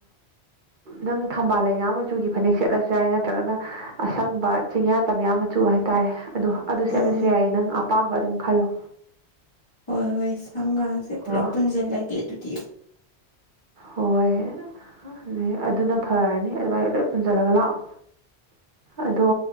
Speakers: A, on the right; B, on the left.
A: ꯅꯪ ꯊꯝꯕꯥꯜ ꯂꯩꯅꯥ ꯃꯆꯨꯒꯤ ꯐꯅꯦꯛ ꯁꯦꯠꯂꯁꯨ ꯌꯥꯏ ꯅꯠꯇ꯭ꯔꯒꯅ ꯑꯁꯪꯕ ꯆꯤꯡꯌꯥ ꯇꯝꯌꯥ ꯃꯆꯨ ꯍꯥꯏꯇꯥꯔꯦ ꯑꯗꯣ ꯑꯗꯨ
B: ꯎꯝ
A: ꯁꯦꯠꯂꯁꯨ ꯌꯥꯏꯌꯦ ꯅꯪ ꯑꯄꯥꯝꯕ ꯑꯗꯨꯝ ꯈꯜꯂꯣ
B: ꯍꯣꯏ ꯍꯣꯏ ꯁꯝꯒꯥꯡꯁꯦ
A: ꯀꯣ
B: ꯄꯨꯂꯞ ꯄꯨꯟꯁꯤꯜꯂꯒꯦ ꯑꯗꯨꯗꯤ
A: ꯍꯣꯏ ꯑꯗꯨ ꯑꯗꯨꯅ ꯐꯔꯅꯤ ꯑꯗꯨꯃꯥꯏꯅ ꯂꯣꯏ ꯄꯨꯟꯖꯜꯂꯒ ꯂꯥꯛꯑꯣ ꯑꯗꯣ